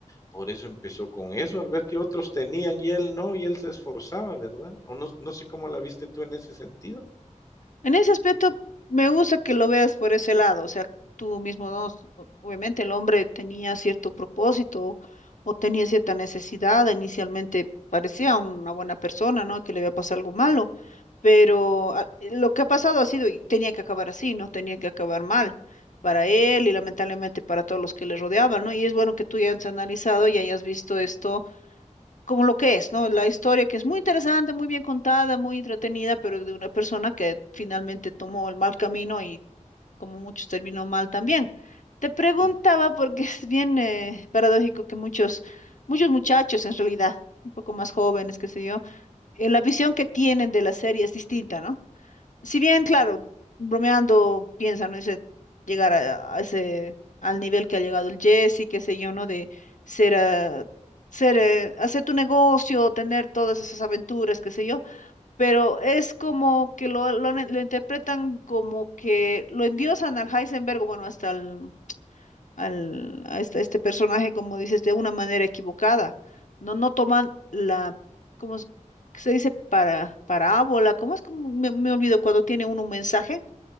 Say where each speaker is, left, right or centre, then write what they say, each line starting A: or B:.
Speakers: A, on the left; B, on the left.
A: Por eso empezó con eso, al ver que otros tenían y él no, y él se esforzaba, ¿verdad? O no, no sé cómo la viste tú en ese sentido.
B: En ese aspecto, me gusta que lo veas por ese lado, o sea, tú mismo, ¿no? S- o- Obviamente el hombre tenía cierto propósito o tenía cierta necesidad, inicialmente parecía una buena persona, ¿no? Que le había pasado algo malo, pero ah, eh, lo que ha pasado ha sido, y tenía que acabar así, ¿no? Tenía que acabar mal para él y lamentablemente para todos los que le rodeaban, ¿no? Y es bueno que tú ya hayas analizado y hayas visto esto como lo que es, ¿no? La historia que es muy interesante, muy bien contada, muy entretenida, pero de una persona que finalmente tomó el mal camino y como muchos terminó mal también. Te preguntaba
A: Mm.
B: porque <laughs> es bien eh, paradójico que muchos, muchos muchachos en realidad, un poco más jóvenes, qué sé yo, eh, la visión que tienen de la serie es distinta, ¿no? si bien, claro, bromeando, piensa, ¿no? Dice, llegar a, a ese, al nivel que ha llegado el Jesse, qué sé yo, ¿no? De ser, ah, ser, eh, hacer tu negocio, tener todas esas aventuras, qué sé yo, pero es como que lo, lo, han- lo interpretan como que lo endiosan al Heisenberg, bueno, hasta el, al, a este, este personaje, como dices, de una manera equivocada. No, no toman la, ¿cómo es que se dice? Para, parábola, ¿cómo es? Como me, me olvido cuando tiene uno un mensaje,